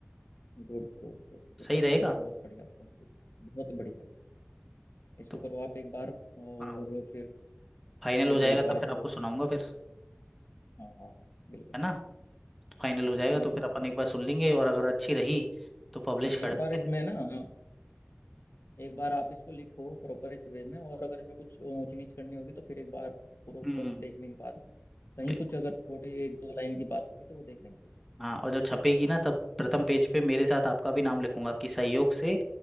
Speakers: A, on the left; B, in the centre.
A: good good good good
B: सही रहेगा
A: good बहुत बढ़िया बहुत बढ़िया बहुत बढ़िया इसको
B: तो
A: करो आप एक बार और
B: हाँ
A: फिर
B: फाइनल हो
A: देखो
B: जाएगा
A: एक बार
B: तब
A: इसको
B: फिर आपको सुनाऊंगा फिर
A: हाँ हाँ हाँ बिल्कुल
B: है
A: बिल्कुल
B: ना फाइनल हो जाएगा तो
A: बिल्कुल
B: फिर अपन
A: सर बिल्कुल
B: एक बार सुन लेंगे और अगर अच्छी रही तो पब्लिश
A: हाँ
B: कर
A: एक
B: देंगे
A: बार इसमें ना हाँ, एक बार आप इसको लिखो प्रॉपर इस वे में और अगर इसमें कुछ ऊंच नीच करनी होगी तो फिर एक बार प्रॉपर
B: हम्म
A: देखने के बाद कहीं
B: बिल्कुल
A: कुछ अगर छोटी एक दो लाइन की बात होगी तो वो देख लेंगे फिर
B: हाँ और जब छपेगी ना तब प्रथम पेज पे मेरे साथ आपका भी नाम लिखूंगा कि सहयोग से